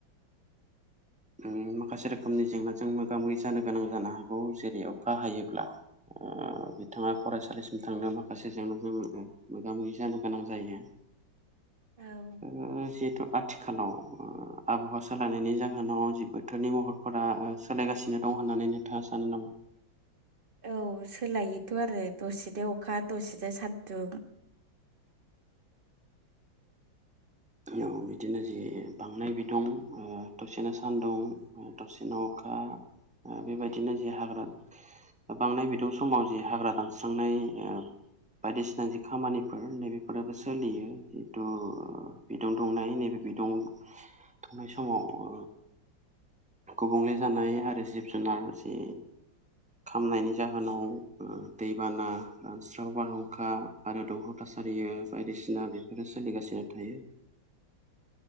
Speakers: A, in the centre; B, on the right (about 30°).
A: ओम माखासे रोखोमनि जेंनाजों मोगा मोगि जानो गोनां जानो हागौ जेरै अखा हायोब्ला। ओ बिथाङा फरायसालिसिम थांनायाव माखासे जेंनाजों मोगा मोगि जानो गोनां जायो।
B: औ
A: उम जितु आथिखालाव आबहावा सोलायनायनि जाहोनाव जि बोथोरनि महरफोरा सोलायगासिनो दं होन नानै नोथाङा सानो नामा?
B: औ सोलायोथ' आरो दसेजों अखा दसेनो सान्दुं
A: <inaudible> औ बिदिनो जि बांनाय बिदुं दसेनो ओ सानदुं दसेनो अखा बेबायदिनो जे हाग्रा। बांनाय बेदुं समाव जि हाग्रा दानस्रांनाय। बायदिसिना जि खामानिफोर नैबेफोराबो सोलियो जिथु बिदुं दंनाय नैबे बिदुं दुंनाय समाव ओ। गुबुंले जानाय आरो जिब जुनार जि खामनायनि जाहोनाव दैबाना ओ रानस्राव बारहुंखा आरो दह थासारियो बायदिसिना बेफोरो सोलिगासिनो थायो।